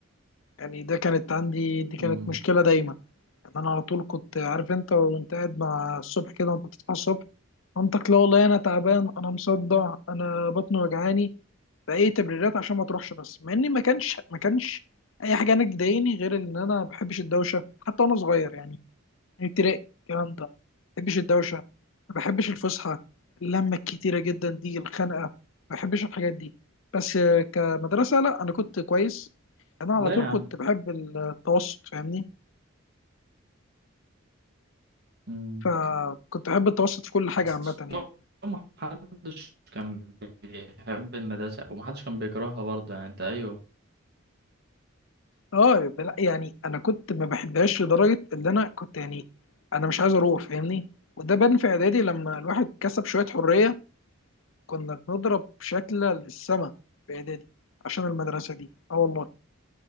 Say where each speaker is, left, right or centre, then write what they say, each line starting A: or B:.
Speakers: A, on the left; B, on the right.
A: يعني ده كانت عندي دي كانت
B: امم
A: مشكله دايما يعني انا على طول كنت عارف انت وانت قاعد مع الصبح كده وانت بتصحى الصبح مامتك لا والله انا تعبان انا مصدع انا بطني وجعاني باي تبريرات عشان ما تروحش بس مع اني ما كانش ما كانش اي حاجه انا تضايقني غير ان انا ما بحبش الدوشه حتى وانا صغير يعني من ابتدائي الكلام ده ما بحبش الدوشه ما بحبش الفسحه اللمه الكتيره جدا دي الخنقه ما بحبش الحاجات دي بس آه، كمدرسه لا انا كنت كويس انا على
B: لا
A: طول
B: يا عم
A: كنت بحب التوسط فاهمني
B: مم.
A: فكنت احب التوسط في كل حاجه
B: بس
A: عامه يعني
B: هو محدش كان بيحب المدرسة ومحدش كان بيكرهها برضه يعني انت ايوه
A: اه بلا- يعني انا كنت ما بحبهاش لدرجه اللي انا كنت يعني انا مش عايز اروح فاهمني وده بان في اعدادي لما الواحد كسب شويه حريه كنا بنضرب شكل للسما في اعدادي عشان المدرسه دي اه والله